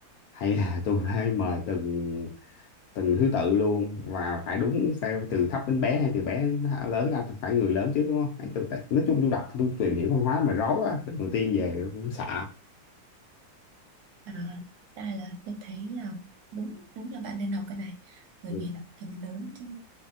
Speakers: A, on the left; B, on the right.
A: hay là <laughs> tôi phải mời từng từng thứ tự luôn và phải đúng phải từ thấp đến bé hay từ bé đến tha- lớn ra phải người lớn trước đúng không? Hay Tôi, tại- nói chung tôi đọc tôi tìm hiểu văn hóa mà rối quá, đầu tiên về cũng sợ.
B: À, đây là tôi thấy là đúng đúng là bạn nên học cái này bởi
A: Ừ.
B: vì là phần lớn trong